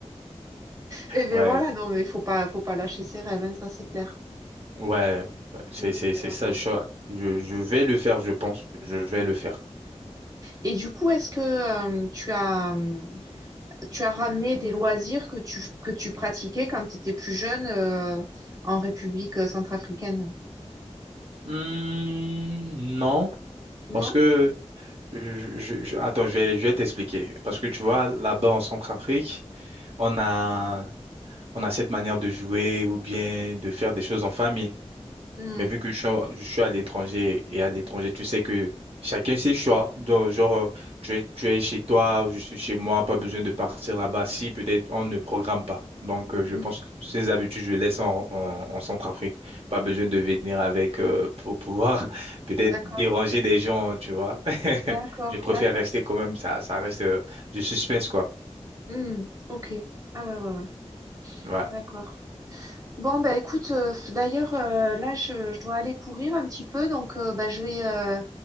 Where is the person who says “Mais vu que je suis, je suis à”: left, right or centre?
Right